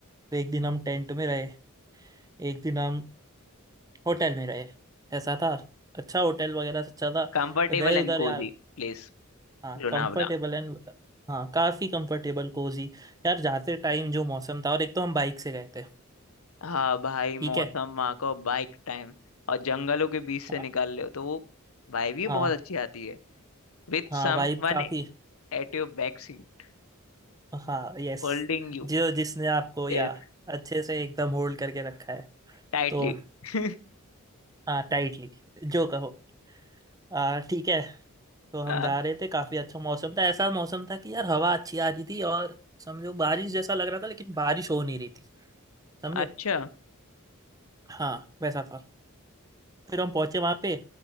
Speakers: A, on the right (about 15°); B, on the left (about 75°).
A: तो एक दिन हम टेंट में रहे एक दिन हम होटल में रहे ऐसा था अच्छा होटल वगैरह अच्छा था
B: Comfortable
A: गए उधर
B: and cozy
A: यार
B: place
A: हाँ
B: Lonavala
A: कंफर्टेबल एंड हाँ काफ़ी कंफर्टेबल कोजी यार जाते टाइम जो मौसम था और एक तो हम बाइक से गए थे
B: हाँ भाई मौसम
A: ठीक
B: वहाँ का बाइक टाइम और जंगलों के बीच से
A: है
B: निकाल रहे हो तो वो भाई भी
A: हाँ
B: बहुत अच्छी आती है With
A: हाँ
B: सम
A: वाइब
B: वन
A: काफी
B: at your back seat
A: हाँ यस
B: holding
A: जो जिसने आपको
B: you
A: या अच्छे से एकदम होल्ड करके रखा है
B: tightly
A: तो
B: <laughs>
A: हाँ टाइटली जो कहो आ, ठीक है तो हम
B: हाँ
A: जा रहे थे काफी अच्छा मौसम था ऐसा मौसम था कि यार हवा अच्छी आ रही थी और समझो बारिश जैसा लग रहा था लेकिन बारिश हो नहीं रही थी समझे
B: अच्छा
A: हाँ वैसा था फिर हम पहुंचे वहां पे